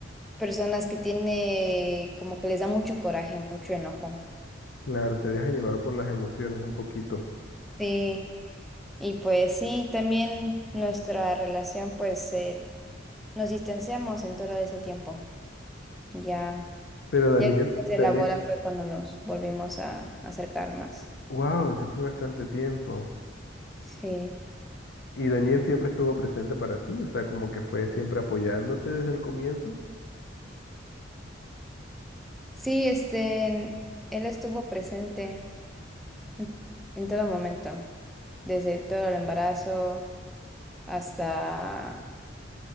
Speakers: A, in the centre; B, on the left.
A: personas que tiene como que les da mucho coraje, mucho enojo.
B: Claro, se deja llevar por las emociones un poquito.
A: Sí, y pues sí, también nuestra relación pues eh, nos distanciamos en todo ese tiempo. Ya,
B: Pero Daniel,
A: ya después de
B: Daniel,
A: la boda fue cuando nos volvimos a acercar más.
B: wow, se fue bastante tiempo.
A: Sí.
B: ¿Y Daniel siempre estuvo presente para ti? O sea, como que fue siempre apoyándote desde el comienzo.
A: Sí, este, él estuvo presente en, en todo momento, desde todo el embarazo hasta,